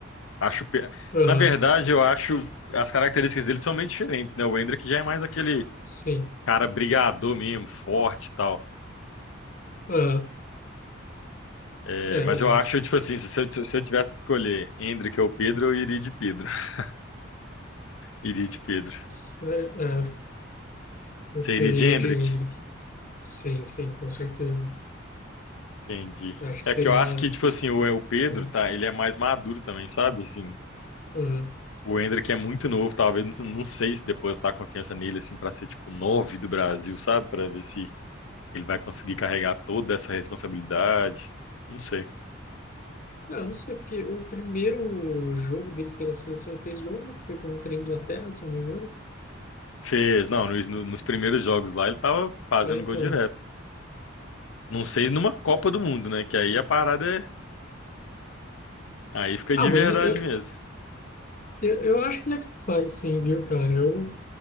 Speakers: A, on the left; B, on the left.
A: Acho, pe-
B: Aham,
A: na verdade, eu acho as características dele são meio diferentes, né? O Hendrick já é mais aquele
B: Sim.
A: cara brigador mesmo, forte e tal.
B: Aham.
A: É,
B: É,
A: mas
B: o.
A: eu acho, tipo assim, se eu, se eu tivesse que escolher Hendrick ou Pedro, eu iria de Pedro. <laughs> Iria de Pedro.
B: se- É, putz,
A: Você iria
B: eu
A: de
B: iria
A: Hendrick?
B: de Hendrick. Sim, sim, com certeza.
A: Entendi.
B: Eu Acho que
A: É
B: seria.
A: que eu acho que, tipo assim, o, o Pedro,
B: Uhum.
A: tá? Ele é mais maduro também, sabe? Assim,
B: Uhum.
A: o Hendrick é muito novo, talvez, não, não sei se depois depositar a confiança nele, assim, pra ser, tipo, nove do Brasil, sabe? Pra ver se ele vai conseguir carregar toda essa responsabilidade. Não sei.
B: Ah, eu não sei, porque o primeiro jogo dele pela seleção ele fez gol, né? Foi contra a Inglaterra, se não me engano.
A: Fez, não, nos, nos primeiros jogos lá ele tava fazendo
B: É, então.
A: gol direto. Não sei numa Copa do Mundo, né? Que aí a parada é. Aí fica
B: Ah,
A: de verdade
B: mas eu,
A: mesmo.
B: eu, eu acho que ele é capaz, sim, viu, cara? Eu,